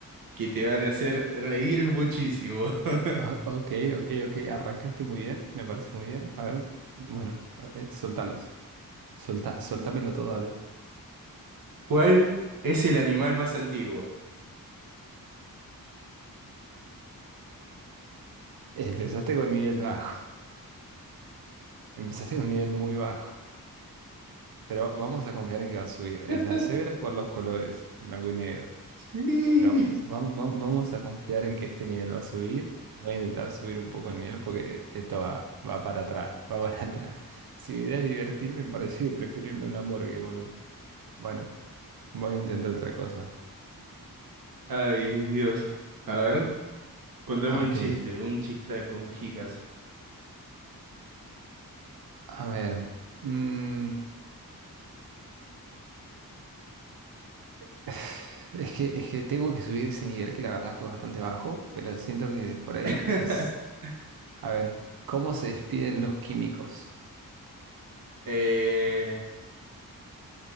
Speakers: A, on the right (about 70°); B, on the right (about 80°).
A: que te van a hacer reír muchísimo.
B: Ah,
A: <laughs>
B: Ok, ok, ok. Arrancaste muy bien, me parece muy bien. A ver, bueno, a- eh, soltalos. Solta, soltámelo todo, dale.
A: ¿Cuál es el animal más antiguo?
B: Empezaste con nivel bajo. Empezaste con nivel muy bajo. Pero vamos a confiar en que va a subir. Es
A: <laughs>
B: la severa por los colores, blanco y negro.
A: Sí.
B: Pero va- va- vamos a confiar en que este nivel va a subir. Voy a intentar subir un poco el nivel porque esto va, va para atrás, va para <laughs> atrás. Si mi idea es divertirme, me parece que prefiero irme a un hamburguesa, boludo. Bueno, voy a intentar otra cosa.
A: Ay, Dios. A ver, contame
B: Ok,
A: un chiste, un chista con jijas.
B: a ver. mm, <sighs> Es que, es que tengo que subir ese nivel que la verdad fue bastante bajo, pero siento que por ahí
A: <laughs>
B: es... A ver, ¿cómo se despiden los químicos?
A: Eh,